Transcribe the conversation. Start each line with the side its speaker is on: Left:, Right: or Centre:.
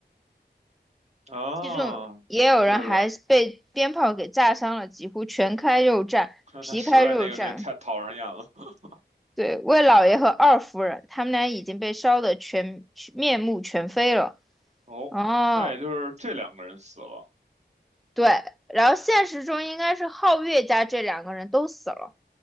Right: 啊，
Centre: 其中也有人还被鞭炮给炸伤了，
Right: 对的，
Centre: 几乎全开肉绽，
Right: 看他实在那个谁太讨人厌了。
Centre: 皮开肉绽。
Right: <laughs>
Centre: 对，魏老爷和二夫人，他们俩已经被烧得全面目全非了。
Right: 哦，
Centre: 哦，
Right: 那也就是这两个人死了。
Centre: 对，然后现实中应该是皓月家这两个人都死了。